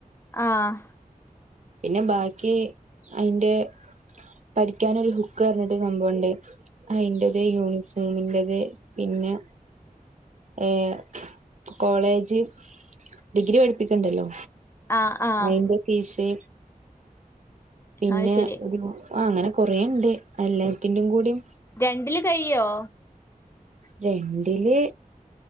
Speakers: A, on the left; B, on the right.
A: ആഹ്
B: പിന്നെ ബാക്കി അയിന്റെ പഠിക്കാനൊരു ഹുക്ക് പറഞ്ഞിട്ട് സംഭവൊണ്ടായി. അയിന്റത് യൂണിഫോമിന്റത് പിന്നാ ഏഹ് കോളേജ് ഡിഗ്രി പഠിപ്പിക്കണ്ടല്ലോ.
A: ആഹ് ആഹ്
B: അയിന്റെ ഫീസ് പിന്നെ
A: അത് ശരി
B: ഒരു അങ്ങനെ കൊറേയുണ്ട്. എല്ലാത്തിന്റെയും കൂടിയും
A: രണ്ടില് കഴിയോ?
B: രണ്ടില്